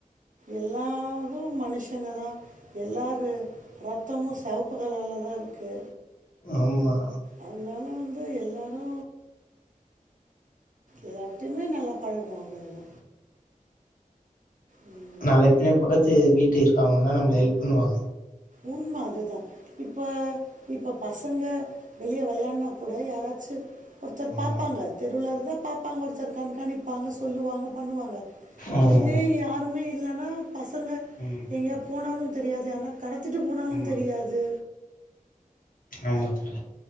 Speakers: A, on the right (about 65°); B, on the left (about 70°).
A: எல்லாரு மனுஷ சங்க தா எல்லார் ரத்தமு செவப்பு கலர்ல தா இருக்கு
B: ஆமா
A: அதனால வந்து எல்லாரு எல்லார்ட்டையுமே நல்லா பழகுவோ அவ்ளவுதா ம்
B: நால பிண்ண பக்கத்து வீட்டு இருக்கவங்க தா நம்மள ஹெல்ப் பண்ணுவாங்க
A: உண்ம அதுதா இப்ப இப்ப பசங்க வெளிய வெளையான்னா கூட யாராச்சு ஒருத்தர்
B: ஆமா
A: பாப்பாங்க தெருல இருந்தா பாப்பாங்க ஒருத்தர் கண்காணிப்பாங்க சொல்லுவாங்க பண்ணுவாங்க
B: ம்
A: இதே யாருமே இல்லன்னா பசங்க
B: ம்
A: நீங்க போனாலு தெரியாது யார்ணா கடத்திட்டு போனாலு
B: ஆமா
A: தெரியாது
B: ஆமா தொழி